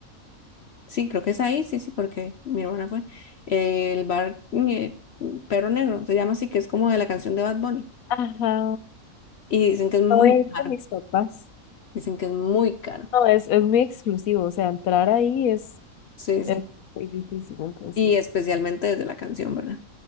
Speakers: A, on the left; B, on the left.
A: sí, creo que es ahí, sí, sí, porque mi hermana fue. Eh, el bar eh, Perro Negro, se llama así, que es como de la canción de Bad Bunny.
B: Ajá.
A: Y dicen que es muy
B: No voy a
A: caro,
B: ir con mis papás.
A: dicen que es muy caro.
B: No, es, es muy exclusivo, o sea, entrar ahí es,
A: Sí, sí.
B: es muy difícil, entonces.
A: Y especialmente desde la canción, ¿verdad?